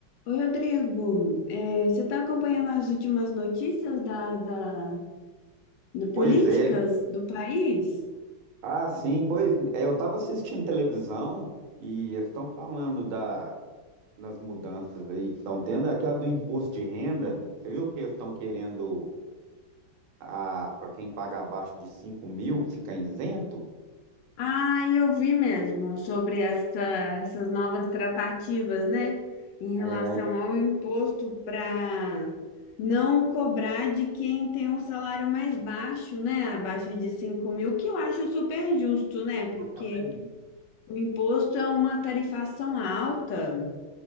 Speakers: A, on the left (about 70°); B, on the right (about 85°).
A: Oi, Rodrigo. É, você está acompanhando as últimas notícias da, da, da políticas
B: Pois é.
A: do país?
B: Ah, sim, pois é, eu estava assistindo televisão e eles estão falando da, das mudanças aí que estão tendo, aquela do imposto de renda. Você viu que eles estão querendo a para quem paga abaixo de cinco mil fica isento?
A: Ah, eu vi mesmo sobre essa, essas novas tratativas, né? Em relação
B: É, aí, aí
A: ao imposto para não cobrar de quem tem um salário mais baixo, né? Abaixo de cinco mil, que eu acho super justo, né? Porque
B: eu também.
A: o imposto é uma tarifação alta.